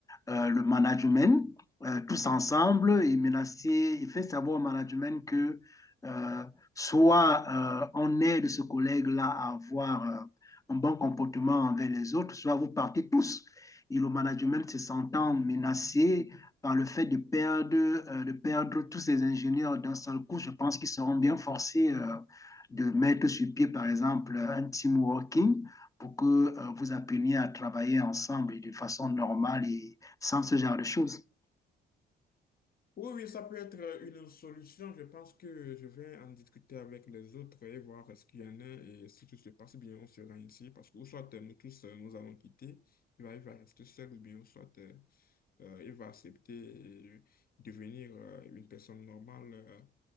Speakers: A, on the left; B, on the left.
A: euh, le management euh, tous ensemble et menacer, et faites savoir au management que euh, soit euh, on aide ce collègue-là à avoir euh, un bon comportement envers les autres, soit vous partez tous. Et le management se sentant menacé, par le fait de perdre, euh, de perdre tous ces ingénieurs d'un seul coup, je pense qu'ils seront bien forcés euh, de mettre sur pied, par exemple, un team working pour que euh, vous appreniez à travailler ensemble et de façon normale et sans ce genre de choses.
B: Oui, oui, ça peut être euh, une solution. Je pense que je vais en discuter avec les autres et voir ce qu'il y en a et si tout se passe bien, on sera ici parce que ou soit euh, nous tous euh, nous allons quitter, il va, il va rester seul ou bien ou soit euh, euh, il va accepter et devenir euh, une personne normale euh,